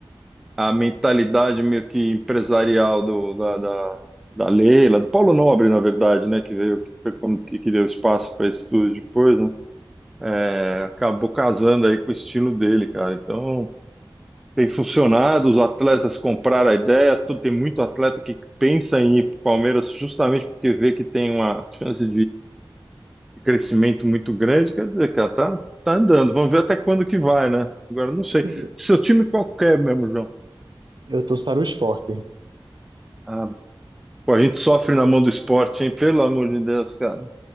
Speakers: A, in the centre; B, on the right (about 65°).
A: a mentalidade meio que empresarial do, da, da, da Leila, do Paulo Nobre, na verdade, né, que veio, que foi como que, que deu espaço para isso tudo depois, né, é, acabou casando aí com o estilo dele, cara. Então tem funcionado, os atletas compraram a ideia, tu, tem muito atleta que pensa em ir para o Palmeiras justamente porque vê que tem uma chance um crescimento muito grande, quer dizer, cara, tá, tá andando. Vamos ver até quando que vai, né? Agora não sei.
B: Pois é.
A: Seu time qualquer mesmo, João.
B: Eu torço para o Sport.
A: Ah, pô, a gente sofre na mão do esporte, hein? Pelo amor de Deus, cara.